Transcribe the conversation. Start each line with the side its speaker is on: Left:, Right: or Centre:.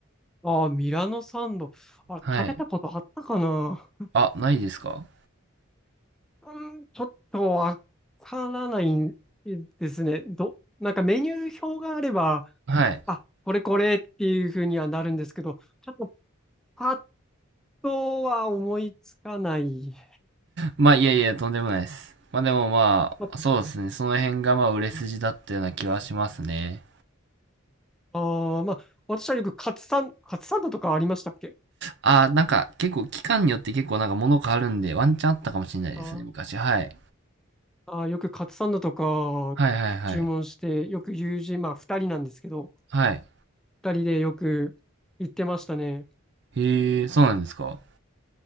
Centre: ああ、ミラノサンド。あれ、
Right: はい。
Centre: 食べたことあったかな
Right: あ、ないですか
Centre: うん、ちょっとわからないんですね。ど、なんかメニュー表があれば、
Right: はい。
Centre: あ、これこれっていうふうにはなるんですけど、ちょっとあとは思いつかない。
Right: まあ、いやいや、とんでもないです。まあ、でもまあ、
Centre: ま
Right: そうですね、その辺がまあ売れ筋だったような気はしますね。
Centre: あー、まあ、私はよくカツサン、カツサンドとかありましたっけ
Right: ああなんか結構期間によって結構なんか物変わるんで、ワンチャンあったかもしれないですね、
Centre: あー
Right: 昔。はい。
Centre: あー、よくカツサンドとか注文して、
Right: はいはいはい。
Centre: よく友人、まあ二人なんですけど、
Right: はい。
Centre: 二人でよく行ってましたね。
Right: へえ、そうなんですか。